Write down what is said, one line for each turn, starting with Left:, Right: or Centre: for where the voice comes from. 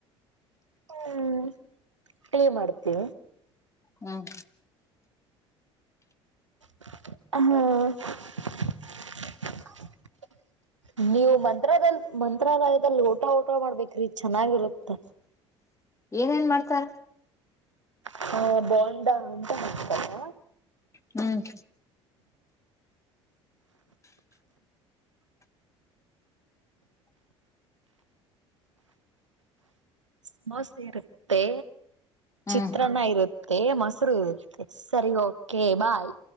Right: ಹ್ಮ ಟೀ ಮಾಡ್ತೀವಿ.
Left: ಹ್ಮ್
Right: ಹ. ನೀವು ಮಂತ್ರಲಯದ ಮಂತ್ರಾಲಯದಲ್ಲಿ ಊಟ ಊಟ ಮಾಡ್ಬೇಕ್ರಿ ಚೆನ್ನಾಗಿರುತ್ತ.
Left: ಏನೆನ್ ಮಾಡ್ತಾರ.
Right: ಹ ಬೋಂಡಾ ಅಂತ ಹೇಳ್ತರ.
Left: ಹ್ಮ್.
Right: ಸಮೋಸ ಇರುತ್ತೆ
Left: ಹ್ಮ್
Right: ಚಿತ್ರನ್ನ ಇರು ತ್ತೆ ಮೊಸರು ಇರತ್ತೆ ಸರಿ ಓಕೆ ಬಾಯ್.